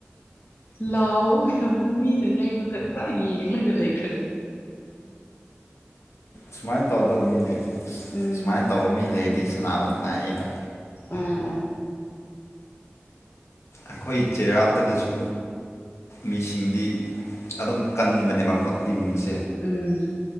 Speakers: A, on the left; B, on the left.
A: ꯂꯥꯎꯕ ꯃꯌꯥꯝꯗꯨꯅ ꯃꯤꯅꯅꯦ ꯑꯩꯉꯣꯟꯗ ꯄ꯭ꯔꯥ ꯌꯦꯡ ꯂꯩꯒ ꯂꯩꯈ꯭ꯔꯦ
B: ꯁꯨꯃꯥꯏꯅ ꯇꯧꯗꯕꯅꯤꯅꯦ
A: ꯎꯝ
B: ꯁꯨꯃꯥꯏꯅ ꯇꯧꯕ ꯃꯤ ꯂꯩꯔꯗꯤ ꯁꯅꯥꯅꯕꯗꯅ ꯑꯩꯕ
A: ꯑꯥ ꯑꯥ
B: ꯑꯩꯈꯣꯏ ꯆꯩꯔꯥꯛꯇꯅꯁꯨ ꯃꯤꯁꯤꯡꯗꯤ ꯑꯗꯨꯝ ꯀꯟꯕꯅꯦꯕꯀꯣ ꯇꯤꯟꯁꯦ
A: ꯎꯝ